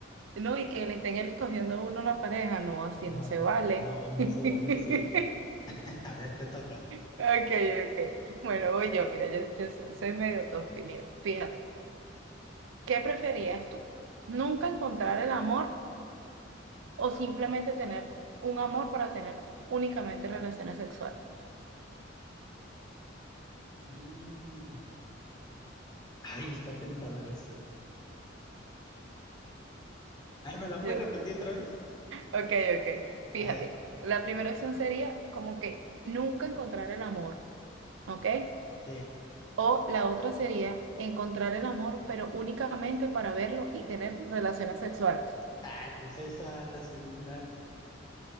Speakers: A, on the right (about 75°); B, on the left (about 20°).
A: no, y que le estén escogiendo a uno la pareja. No, así
B: No,
A: no se vale.
B: no,
A: <laughs>
B: no se vale así. <laughs> A ver, te toca.
A: Ok, ok. Bueno, voy yo, mira, yo, yo soy soy medio tosti. Mira, fíjate, ¿qué preferías tú? ¿Nunca encontrar el amor? o simplemente tener un amor para tener únicamente relaciones sexuales.
B: Mm. Ay, está tentador eso. Ay, ¿me la
A: Yo,
B: puedes repetir otra vez?
A: ok, ok. Fíjate,
B: A ver,
A: la primera opción sería como que nunca encontrar el amor, ¿ok?
B: sí.
A: O la otra sería encontrar el amor, pero únicamente para verlo y tener relaciones sexuales.
B: Ay, pues esa, la segunda.